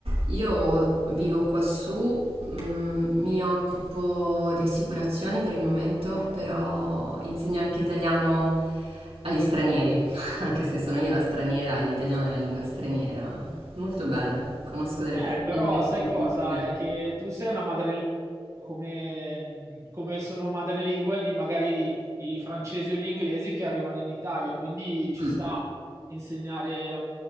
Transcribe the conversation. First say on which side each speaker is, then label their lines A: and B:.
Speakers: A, on the right; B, on the right.
A: Io vivo quassù, mhmm, mi occupo di assicurazioni per il momento, però insegno anche italiano agli stranieri, <laughs> anche se sono io una straniera e l'italiano è la lingua straniera. Molto bello, conosco delle
B: Eh,
A: persone
B: però
A: interessantissime.
B: sai cosa? È che tu sei una madrelingua come, come sono madrelingua lì magari i francesi o gli inglesi che arrivano in Italia, quindi ci
A: Mh,
B: sta insegnare la